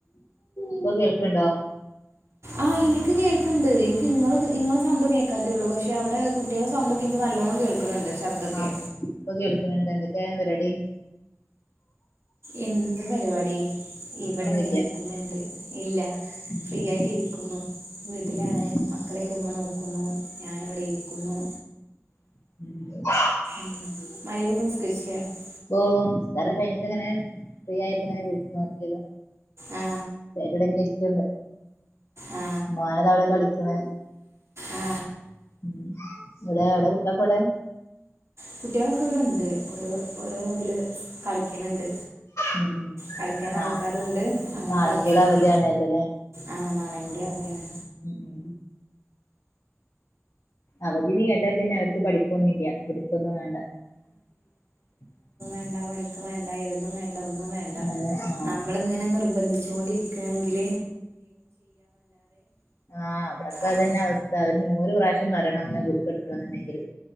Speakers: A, on the left (about 85°); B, on the right (about 70°).
A: ഇപ്പോ കേൾക്കണ്ടോ?
B: ആഹ് എനിക്ക് കേൾക്കണ്ട്. ആ എനിക്ക് കേൾക്ണ് ണ്ട് ഇങ്ങ ഇങ്ങളെ സൗണ്ട കേൾക്കാത്തേള്ളൂ പക്ഷെ അവിടെ കുട്ടികളെ സൗണ്ട് ക്ക് നല്ലോണം കേൾക്കുന്നുണ്ട്. ശബ്ദമൊക്കെ
A: ആഹ് ഇപ്പൊ കേൾക്കണണ്ട് എന്തൊക്കെ പരിപാടി?
B: എന്ത് പരിപാടി ഇവിടെങ്ങനെ
A: ഒന്നുല്ല
B: ഇരിക്കുന്നുണ്ട്. ഇല്ല
A: ഉം
B: ഫ്രീ ആയിട്ട് ഇരിക്കുന്നു. വീട്ടിലാണ്
A: ഉം
B: മക്കളെക്കെ ഇമ്മ നോക്കും. ക്കുന്നു ഞാനിവിടെ ഇരിക്കുന്നു.
A: <unintelligible>
B: ഉം <unintelligible>
A: ഓ നിസ്കാരം കഴിഞ്ഞിട്ട് ഇങ്ങനെ ഫ്രീ ആയിപ്പോങ്ങനെ നോക്കിയത്
B: ആ
A: ടെ ഇങ്ങെ ഇരിക്കണ്ട്
B: ആ
A: ഉ മോനത അവിടെ കളിക്കണ്
B: ആ
A: ഉ ഇവിടെ എവിടെ കുട്ടക്കെ ഇവിടെ
B: കുട്ടികളൊക്കെ ഇവിടെണ്ട് ഓര ഓരോ ഇതില് കളിക്കണണ്ട്
A: ഉം ഉം
B: കളിക്കൻ
A: നാ
B: ആൾക്കാരുും ഉണ്ട് അങ്ങനെ
A: നാളെയും
B: കളിക്കുന്നുണ്ട്
A: കൂടെ അവധിയാണല്ലോല്ലേ
B: ആ നാളെയും കടി അവധയാണ്
A: ഉം ഉ അവധി നീ കേട്ടാ പിന്നെ അവർക്ക് പഠിപ്പന്നില്ല ഇവിടു <unintelligible>
B: വണ്ട പഠിക്കും വേണ്ട എഴതും വേണ്ട ഒന്നും വേണ്ട
A: ഒന്നും ആഹ്
B: നമ്മള ഇങ്ങനെ നിർബന്ധിച്ചൊണ്ടിരിക്ക ഒക്ക ആണെങ്കിൽ
A: ആഹ അവിടക്കെ
B: ആ
A: അതന്നെ അവസ്ഥ ഒരു നൂറ് പ്രാവശ്യം മരണംമന്ന് ബുക്ക് എടുക്കണ എന്നുണ്ടെങ്കിൽ